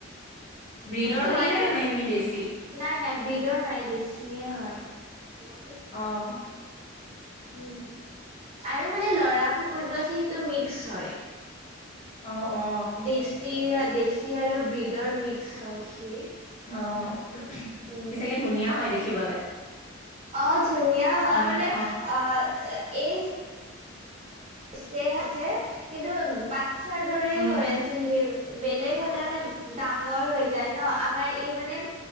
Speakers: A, on the left; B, on the right.
A: ব্ৰীডৰ
B: মেকুৰীৰ
A: হয় নে নে এনে দেচি?
B: নাই নাই ব্ৰিদৰ না দেচিয়েই হয়।
A: অ'।
B: উম, আৰু মানে লৰা কুকুৰটো আছে সেইটো মিক্স হয়।
A: অ', অ'।
B: দেচি দেচি আৰু ব্ৰীডৰ মিক্স হয় সি।
A: অ',
B: উম
A: সি চাগে ধুনীয়া হয় দেখিবলে।
B: অ', ধুনীয়া হয়
A: অ', এনেকে
B: মানে অ এই চে আছে কিন্তু বাচ্ছাৰ দৰে
A: উম,
B: হৈ আছে সি, বেলেগ হলে মানে ডাঙৰ হৈ যায় ন, আমাৰ ই মানে